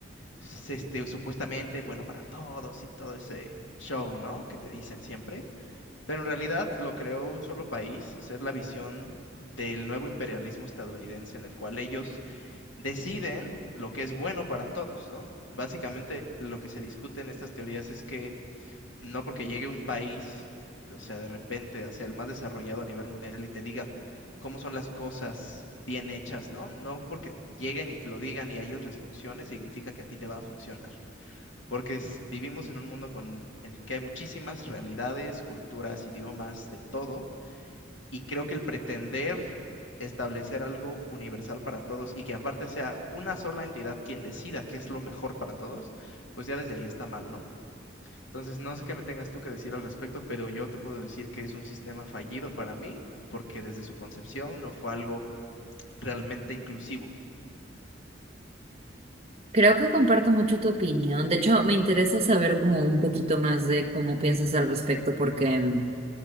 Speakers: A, on the left; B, on the right.
A: s- este, supuestamente bueno para todos y todo ese show, ¿no? Que te dicen siempre. Pero en realidad lo creó un solo país, o sea, es la visión del nuevo imperialismo estadounidense en el cual ellos deciden lo que es bueno para todos, ¿no? Básicamente lo que se discute en estas teorías es que no porque llegue un país, o sea, de repente, o sea, el más desarrollado a nivel mundial y te diga cómo son las cosas bien hechas, ¿no? No porque lleguen y te lo digan y a ellos les funcione, significa que a ti te va a funcionar. Porque es- vivimos en un mundo con, en el que hay muchísimas realidades, culturas, idiomas, de todo, y creo que el pretender establecer algo universal para todos y que aparte sea una sola entidad quien decida qué es lo mejor para todos, pues ya desde ahí está mal, ¿no? Entonces, no sé qué me tengas tú que decir al respecto, pero yo te puedo decir que es un sistema fallido para mí, porque desde su concepción no fue algo realmente inclusivo.
B: Creo que comparto mucho tu opinión. De hecho, me interesa saber como un poquito más de cómo piensas al respecto, porque, mm,